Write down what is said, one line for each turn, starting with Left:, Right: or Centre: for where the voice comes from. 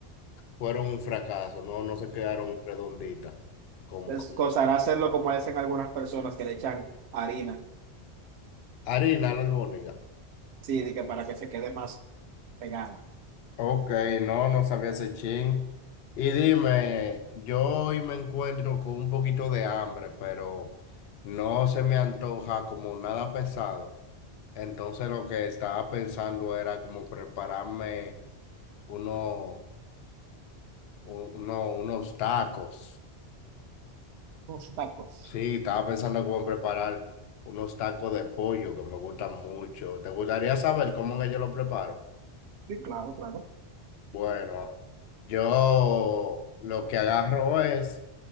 Left: fueron un fracaso, no, no se quedaron redonditas, como,
Right: Les
Left: como
Right: costará hacerlo como hacen algunas personas que le echan harina.
Left: harina la albóndiga.
Right: Sí, de que para que se quede más pegada.
Left: Ok, no, no sabía ese chin. Y dime, yo hoy me encuentro con un poquito de hambre, pero no se me antoja como nada pesado. Entonces lo que estaba pensando era como prepararme uno, u- uno- unos tacos.
Right: Los tacos.
Left: Sí, estaba pensando como preparar unos tacos de pollo que me gustan mucho. ¿Te gustaría saber cómo es que yo lo preparo?
Right: Sí, claro, claro.
Left: Bueno, yo lo que agarro es...